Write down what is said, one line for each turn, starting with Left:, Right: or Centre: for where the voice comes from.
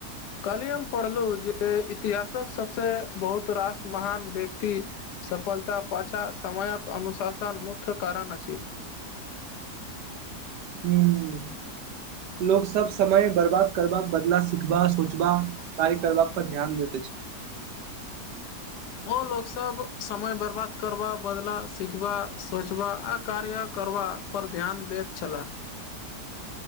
Left: कहली हम पढ़लहु जे इतिहासक सबसे बहुत रास महान व्यक्ति। सफलता पछा समायक अनुशासन मुख्य कारण अछि।
Right: हुॅं लोक सब समय बर्बाद करबा बदला सिखबा सोचबा। कारी करबाक पर ध्यान देत छै।
Left: ओ लोक सब समय बर्बाद करबा बदला सिखबा सोचबा आ कार्य करबा। पर ध्यान दैत छलाह।